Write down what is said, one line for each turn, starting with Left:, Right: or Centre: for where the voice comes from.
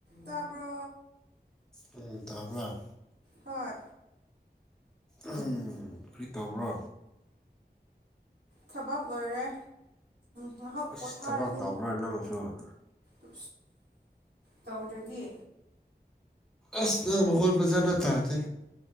Right: ꯇꯥꯕ꯭ꯔꯣ
Centre: ꯎꯝ ꯇꯥꯕ꯭ꯔꯥ
Right: ꯍꯣꯏ
Centre: ꯎꯝ ꯀꯔꯤ ꯇꯧꯕ꯭ꯔꯣ
Right: ꯊꯕꯛ ꯂꯣꯏꯔꯦ ꯉꯥꯏꯍꯥꯛ
Centre: ꯑꯁ
Right: ꯄꯣꯊꯥꯔꯅꯤ꯫
Centre: ꯊꯕꯛ ꯇꯧꯕ꯭ꯔꯣ ꯅꯪꯁꯨ
Right: ꯑꯁ ꯇꯧꯗꯔꯗꯤ꯫
Centre: ꯑꯁ ꯅꯪ ꯃꯈꯣꯜ ꯐꯖꯥꯅ ꯇꯥꯗꯦ꯫